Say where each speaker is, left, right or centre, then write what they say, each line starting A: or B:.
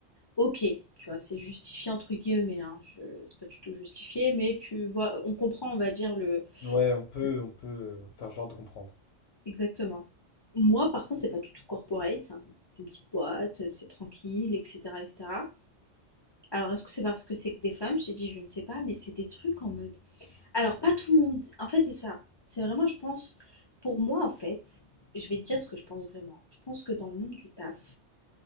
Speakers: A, on the left; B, on the left.
A: OK, tu vois, c'est justifié entre guillemets, hein, je c'est pas du tout justifié, mais tu vois, on comprend, on va dire le
B: Ouais, on peut,
A: Oui.
B: on peut euh, faire genre de comprendre.
A: exactement. Moi, par contre, c'est pas du tout corporate, hein, c'est une petite boîte, c'est tranquille, et cetera, et cetera. Alors, est-ce que c'est parce que c'est que des femmes? Je t'ai dit, je ne sais pas, mais c'est des trucs en mode alors pas tout le monde en fait, c'est ça. C'est vraiment, je pense pour moi, en fait, je vais te dire ce que je pense vraiment. Je pense que dans le monde du taf,